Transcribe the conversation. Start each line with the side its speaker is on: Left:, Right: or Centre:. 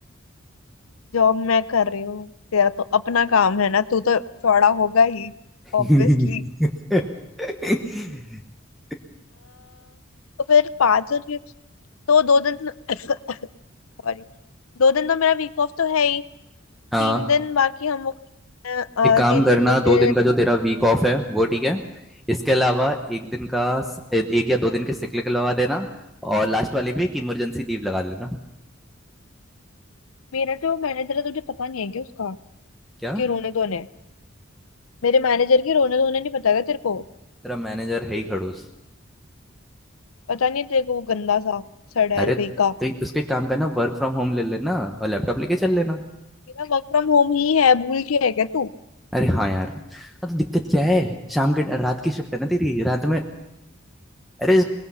Left: जॉब मैं कर रही हूँ तेरा तो अपना काम है ना तू तो चौड़ा होगा ही
Centre: <laughs>
Left: ऑब्वियसली तो फिर पाँच और ये- तो दो दिन <coughs> सॉरी दो दिन तो मेरा वीक ऑफ तो है ही
Centre: हाँ
Left: तीन दिन बाकी हम लोग अ,
Centre: एक
Left: अ,
Centre: काम
Left: तीन
Centre: करना
Left: दिन मुझे
Centre: दो दिन का जो तेरा वीक ऑफ है वो ठीक है इसके अलावा एक दिन का एक या दो दिन के सिक लगा देना और लास्ट वाले में एक इमरजेंसी लीव लगा लेना
Left: मेरा जो मैनेजर है तुझे पता नहीं है क्या उसका उसके
Centre: क्या
Left: रोने धोने मेरे मैनेजर के रोने धोने नहीं पता क्या तेरे को
Centre: तेरा मैनेजर है ही खड़ूस
Left: पता नहीं है तेरे को वो गंदा सा सड़ैल
Centre: अरे
Left: कहीं का
Centre: तो उसको एक काम करना वर्क फ्रॉम होम ले लेना और लैपटॉप लेके चल लेना
Left: मेरा वर्क फ्रॉम होम ही है भूल के है क्या तू
Centre: अरे हाँ यार हाँ तो दिक्कत क्या है शाम के रात की शिफ्ट है ना तेरी रात में अरे